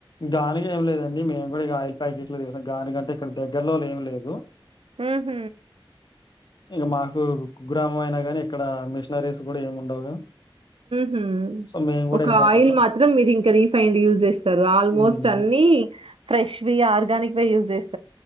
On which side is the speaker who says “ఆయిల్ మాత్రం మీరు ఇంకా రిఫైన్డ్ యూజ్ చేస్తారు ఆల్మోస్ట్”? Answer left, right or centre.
Right